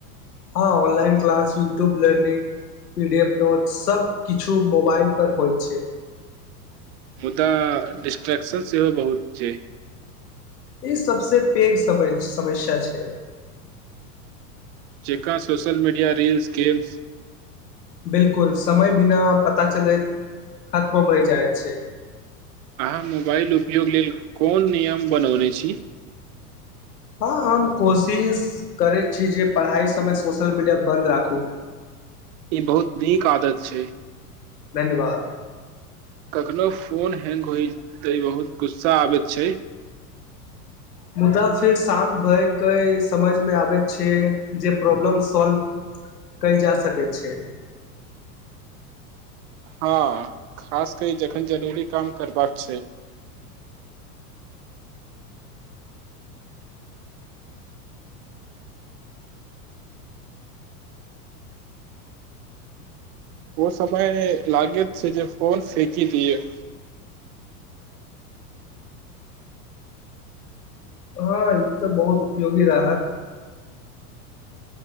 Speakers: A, on the left; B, on the right.
A: हँ online class YouTube learning P D F note सभ किछु मोबाइल पर होइत छैय
B: मुदा डिस्ट्रेक्शन सेहो बहुत छैय
A: सबस पैघ समस्या छैय
B: जेका सोशल मीडिया रील्स गेम्स
A: बिलकुल समय बिना पता चलैत खत्म होहि जाइत छैय।
B: अहाँ मोबाइल उपयोग लेल कोन नियम बनौने छी
A: हँ हम कोशिश करै छी जे पढ़ाइ समय सोशल मीडिया बन्द राखू।
B: ई बहुत नीक आदत छैय
A: धन्यवाद
B: कखनो फोन हैंग होय ते बहुत गुस्सा आबैत छैय
A: मुदा फेर शांत भय क समझमे आबै छैय जे प्रॉब्लम सॉल्व कै ल जा सकैत छै
B: हँ खास की जखन जरूरी काम करबाक छैय ओ समय लागे छैय जे फोन फेक दीयै
A: हँ ई तऽ बहुत उपयोगी रहत